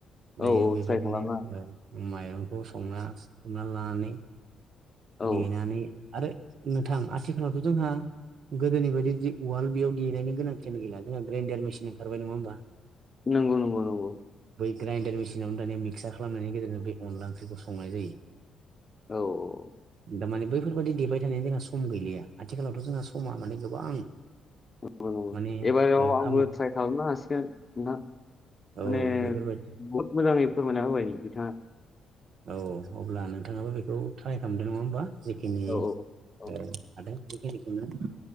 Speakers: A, on the left; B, on the right.
A: औ
B: दायो
A: औ
B: बेबायदिनो
A: ट्राइ खालामना
B: ओ माइरं खौ संना संना लानानै
A: औ
B: देनानै आरो नोंथां आथिखालावथ' जोंहा गोदोनि बायदि जि उवाल बेयाव देनायनि गोनांथियानो गैला जोंहा ग्रेन्दडार मेसिन ओंखारबाय नङा होमबा
A: नंगौ नंगौ नंगौ
B: ग्रेन्डार मेसिनावनो दानिया मिक्सार खालामनायनि गेजेरजों बे अनला ओंख्रिखौ संनाय जायो।
A: औ औ
B: दा माने बैफोरबादि देबाय थानायनि जोंहा सम गैलिया आथिखालावथ' जोंहा समा माने गोबां
A: नंगौ नंगौ
B: माने
A: एबाराव
B: ओ
A: आंबो
B: खाम
A: ट्राय खालामनो हासिगोन नोंथां।
B: औ
A: माने
B: बेफोरबायदि
A: बहुद मोजाङै फोरमायना होबाय नो बिथाङा।
B: औ अब्ला नोंथाङाबो बेखौ ट्राइ खालामदो नङा होमबा। जिखिनि
A: औ औ
B: ओ हादों <unintelligible>